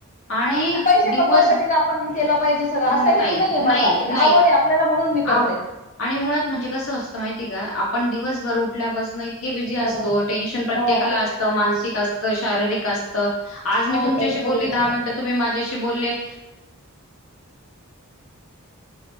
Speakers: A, on the left; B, on the left.
A: आणि
B: की पैसे
A: दिवस
B: कमवायसाठी आपण केलं पाहिजे सगळ असा
A: नाही,
B: हेतू नाहीये
A: नाही,
B: माझा एक
A: नाही
B: आवड आहे. आपल्याला म्हणून मी करते.
A: आवड आणि मुळात म्हणजे कसं असतं माहिती का आपण दिवसभर उठल्यापासन इ बिझी असतो
B: बरोबर
A: टेन्शन प्रत्येकाला
B: हो
A: असतं मानसिक असत शारीरिक असत. आज मी
B: हो
A: तुमच्याशी
B: ताई खरी
A: बोलली
B: गोष्ट
A: दहा
B: आहे.
A: मिनिटं तुम्ही माझ्याशी बोलले.